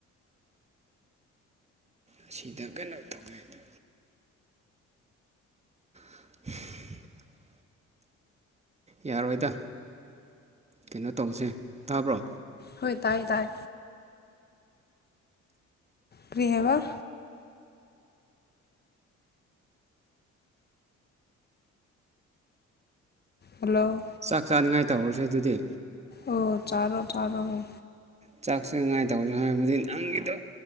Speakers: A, on the right; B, on the left.
A: ꯑꯁꯤꯗ ꯀꯟꯅꯣ ꯊꯧꯉꯩꯗ <unintelligible> ꯌꯥꯔꯣꯏꯗ ꯀꯩꯅꯣ ꯇꯧꯁꯦ ꯇꯥꯕ꯭ꯔꯣ
B: ꯍꯇꯥꯥꯏ ꯇꯥꯏ ꯀ꯭ꯔꯤꯍꯕ ꯍꯜꯂꯣ
A: ꯆꯥꯛ ꯆꯥꯅꯤꯡꯉꯥꯏ ꯇꯧꯍꯔꯁꯦ ꯑꯗꯨꯗꯤ
B: ꯑꯣ ꯇꯔꯣ ꯇꯔꯣꯉ
A: ꯆꯥꯛꯁꯦꯉꯥꯏ ꯇꯧꯁꯦ ꯍꯥꯏꯕꯗꯤ ꯅꯪꯒꯤꯗꯣ